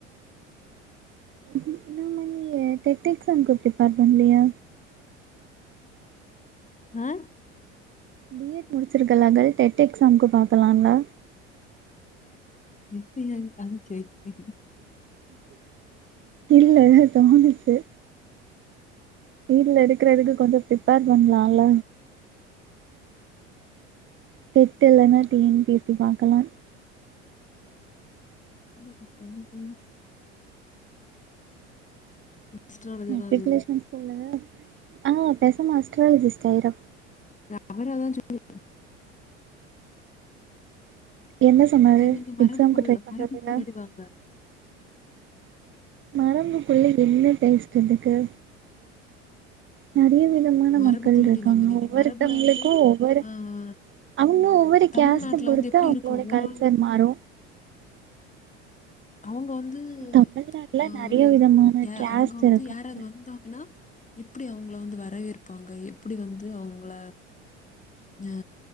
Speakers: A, on the right; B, on the left.
A: ம் இன்னாமா நிய்யு டேட் எக்ஸாம்க்கு பிரிப்பர் பண்ணலயா
B: ஆ
A: பி எட் முடிச்சிருக்கல்ல கெள் டெட் எக்ஸாம்க்கு பாக்கலால்ல
B: இப்ப ஏன் அத கேக் விதி
A: இல்ல தோணுச்சு வீடுல இருக்கிறதுக்கு கொஞ்ச ப்ரிப்பேர் பண்ணலால்ல டெட் இல்லனா T N P S C பாக்கலா
B: சத்தியமா புரில அஸ்ட்ராலஜர்
A: மெட்ரிகுலேஷன்
B: தான் அது இது.
A: ஸ்கூல்ல ஆ பேசாம அஸ்ட்ராலஜிஸ்ட் ஆயிரு
B: அவரா அதா சொல்லி
A: என்ன சொன்னாரு
B: சரி நீங்க மரபுக்குள்ள
A: எக்ஸாம்க்கு ட்ரை பண்றதுல
B: மரபுக்கு உள்ளாடிவாங்க
A: மரபுக்குள்ள என்ன பேஸ்ரதுக்கு நெறைய விதமான
B: மரபுக்குள்ளடி
A: மக்கள் இருக்காங்க
B: வாங்க நீங்க
A: ஒவ்வொருத்தவங்களுக்கு
B: மரபுல வந்து
A: ஒவ்வொரு
B: ஆஹ்,
A: அவங்களு ஒவ்வொரு
B: தமிழ்நாட்டுல
A: கேஸ்ட்ட பொருத்து
B: வந்து எப்படி
A: அவங்களோட
B: இருக்கும் ஒரு
A: கல்ச்
B: ஆள்
A: து மாறு
B: அவங்க வந்து
A: தமிழ்நாட்ல
B: ஆ
A: நெறைய
B: ஒரு
A: விதமான
B: யா
A: கேஸ்ட்
B: அவங்க வந்து
A: இருக்காங்க
B: யாராவது வந்தாங்கன்னா எப்படி அவங்கள வந்து வரவேற்பாங்க எப்படி வந்து அவங்கள ஆ